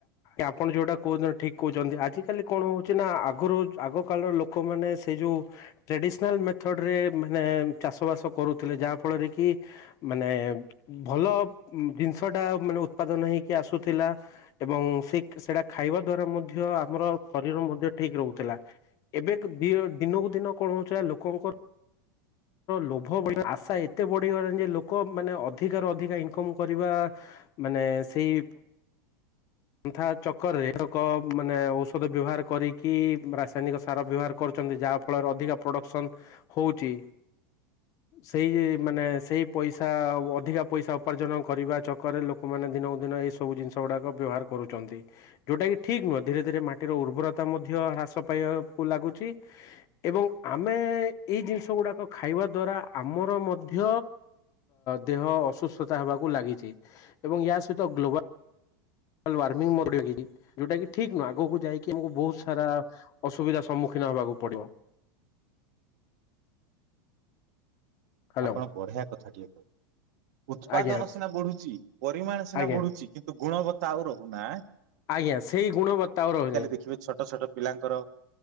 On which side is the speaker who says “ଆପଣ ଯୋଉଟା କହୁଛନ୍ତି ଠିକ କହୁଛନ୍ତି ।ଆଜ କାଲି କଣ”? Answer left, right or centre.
Left